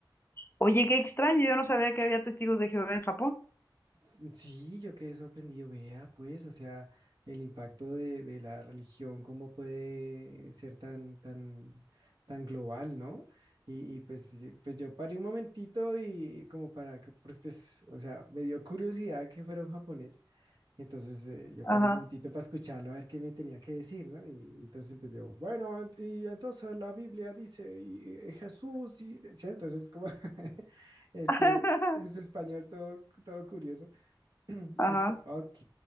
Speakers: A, on the left; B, on the right.
A: Oye, qué extraño, yo no sabía que había testigos de Jehová en Japón.
B: S- Sí, yo quedé sorprendido, vea, pues, o sea, el impacto de, de la religión, cómo puede ser tan, tan, tan global, ¿no? Y, y pues, sí, pues yo paré un momentito y como para que, pues, pues, o sea, me dio curiosidad que fuera un japonés, entonces eh, yo
A: Ajá,
B: paré un momentito para escucharlo, a ver qué me tenía que decir, ¿no? Y entonces empezó, bueno, ent- y entonces la Biblia dice, y, y Jesús, y, decía, Entonces como <laughs> en su,
A: <laughs>
B: en su español todo, todo curioso. <clears throat>
A: ajá,
B: Y yo, ok,